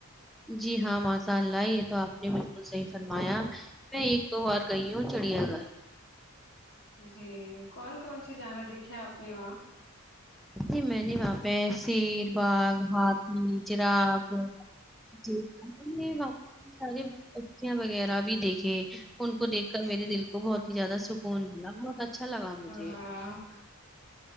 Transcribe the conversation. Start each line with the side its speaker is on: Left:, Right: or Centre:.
Centre: جی ہاں ماساء اللہ یہ تو آپ نے بالکل صحیح فرمایا میں ایک دو بار گئی ہوں چڑیا گھر
Left: جی کون کون سی جانور دیکھے آپ نے وہاں
Centre: جی میں نے واپس شیر باغ ہاتاتھی جراب ج واپس سارےچ ں وغیرہ بھی دیکھے ان کو دیکھ کر میرے دل کو کو بہت ہی زیادہ سکون ملا بہت اچھا لگا مجھے
Left: واہ